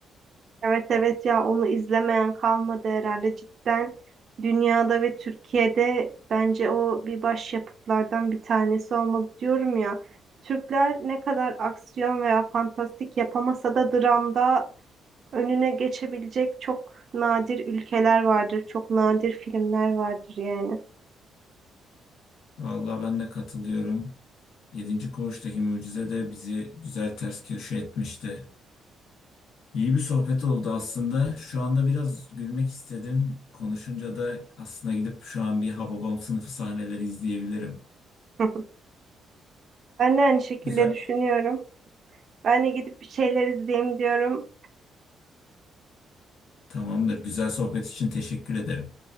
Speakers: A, on the right; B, on the left.
A: Evet evet ya onu izlemeyen kalmadı herhalde cidden dünyada ve Türkiye'de bence o bir başyapıtlardan bir tanesi olmalı diyorum ya. Türkler ne kadar aksiyon veya fantastik yapamasa da dramda önüne geçebilecek çok nadir ülkeler vardır, çok nadir filmler vardır yani.
B: Vallahi ben de katılıyorum. Yedinci Koğuş'taki mucize de bizi güzel ters köşe etmişti. İyi bir sohbet oldu aslında. Şu anda biraz gülmek istedim. Konuşunca da aslında gidip şu an bir Hababam sınıfı sahneleri izleyebilirim.
A: <laughs> Ben de aynı şekilde
B: Güzel,
A: düşünüyorum. Ben de gidip bir şeyler izleyeyim diyorum.
B: tamamdır. Güzel sohbet için teşekkür ederim.